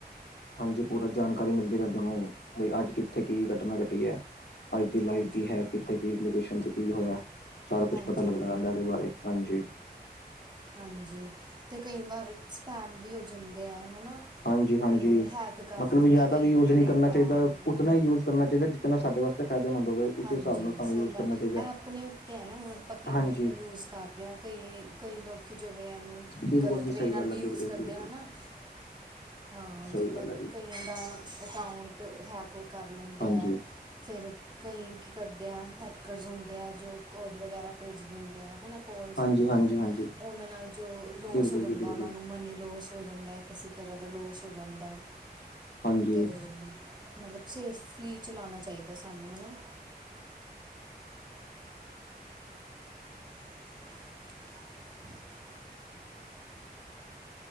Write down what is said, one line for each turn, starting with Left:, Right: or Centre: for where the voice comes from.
Left: ਹਾਂਜੀ ਪੂਰਾ ਜਾਣਕਾਰੀ ਮਿਲਦੀ ਰਹਿੰਦੀ ਉਹਨੂੰ ਬਈ ਅੱਜ ਕਿ ਥੇ ਕੀ ਕਟਨਾ ਕਟੀ ਹੈ, ਅੱਜ ਦੀ ਲਾਈਵ
Right: ਹਾਂਜੀ
Left: ਕੀ ਹੈ, ਕਿੱਥੇ ਕੀ ਲੋਕੇਸ਼ਨ ਤੇ ਕੀ ਹੋਇਆ। ਸਾਰਾ ਕੁਛ
Right: ਹਾਂਜੀ
Left: ਪਤਾ ਲੱਗਦਾ ਰੈਂਦਾ ਇਹਦੇ ਬਾਰੇ, ਹਾਂਜੀ।
Right: ਹਾਂਜੀ ਤੇ ਕਈ ਵਾਰ ਸਪੈਮ ਵੀ ਹੋ ਜਾਂਦੇ ਹੈ ਹਨਾ।
Left: ਹਾਂਜੀ ਹਾਂਜੀ
Right: ਕਿ ਹੈਕ ਕਰ
Left: ਮਤਲਬ
Right: ਲੈਂਦੇ
Left: ਜ਼ਿਆਦਾ
Right: ਆ ਕਈ
Left: ਵੀ
Right: ਵਾਰੀ
Left: ਯੂਜ ਨਹੀਂੀ
Right: ਡੇਟਾ
Left: ਕਰਨਾ ਚਾਹੀਦਾ ਉਤਨਾ
Right: ਹੂੰ
Left: ਹੀ ਯੂਜ ਕਰਨਾ ਚਾਹੀਦਾ ਜਿਤਨਾ ਵਾਸਤੇ ਫਾਇਦੇਮਦ ਹੋਵੇ। ਉਸ
Right: ਹਾਂਜੀ
Left: ਹਿਸਾਬ ਨਾਲ ਸਾਨੂੰ
Right: ਸਹੀ
Left: ਯੂਜ
Right: ਗੱਲ
Left: ਕਰਨਾ ਚਾਹੀਦਾ
Right: ਇਹ ਆਪਣੇ ਉੱਤੇ ਹੈ ਨਾ ਹੁਣ ਆਪਾਂ ਕਿਵੇਂ
Left: ਹਾਂਜੀ
Right: ਉਹਨੂੰ ਯੂਜ਼ ਕਰ ਰਿਆ ਕਈ-ਕਈ ਲੋਕੀ ਜੋਵੇ ਇਹਨੂੰ
Left: ਬਿਲਕੁਲ
Right: ਗਲਤ
Left: ਜੀ
Right: ਵੇਅ
Left: ਸਹੀ
Right: ਨਾਲ
Left: ਗੱਲ
Right: ਵੀ
Left: ਹੈ ਬਿਲਕੁਲ
Right: ਯੂਜ ਕਰਦੇ
Left: ਬਿਲਕੁਲ
Right: ਹਨ ਨਾ। <unintelligible> ਹਾਂ
Left: ਸਹੀ
Right: ਜਿੱਦਾਂ
Left: ਗੱਲ ਹੈ ਜੀ।
Right: ਕਈਆਂ ਦਾ ਅਕਾਊਂਟ ਹੈਕ ਉਹ ਕਰ ਲੈਂਦੇ
Left: ਹਾਂਜੀ
Right: ਹੈ। ਫਿਰ ਕਈ ਕੀ ਕਰਦੇ ਆ ਹੈਕਰਸ ਹੁੰਦੇ ਆ ਜੋ ਕੋਡ ਵਗੈਰਾ ਭੇਜਦੇ ਹੁੰਦੇ ਆ ਹੈ ਨਾ। ਕੋਲਸ
Left: ਹਾਂਜੀ
Right: ਕਰਦੇ
Left: ਹਾਂਜੀ
Right: ਆ ਅਤੇ
Left: ਹਾਂਜੀ
Right: ਉਹਨਾਂ ਨਾਲ ਜੋ ਲੋਸ
Left: ਬਿਲਕੁਲ
Right: ਹੋ ਜਾਂਦਾ
Left: ਜੀ ਬਿਲਕੁਲ
Right: ਉਹਨਾਂ ਨੂੰ ਮਨੀ ਲੋਸ ਹੋ ਜਾਂਦਾ ਇੱਕ ਕਿਸੇ ਤਰ੍ਹਾਂ ਦਾ ਲੋਸ ਹੋ ਜਾਂਦਾ
Left: ਹਾਂਜੀ
Right: ਤੈ। ਮਤਲਬ ਸੇਫਲੀ ਚਲਾਣਾ ਚਾਹੀਦਾ ਸਾਨੂੰ ਹੈ ਨਾ <inaudible>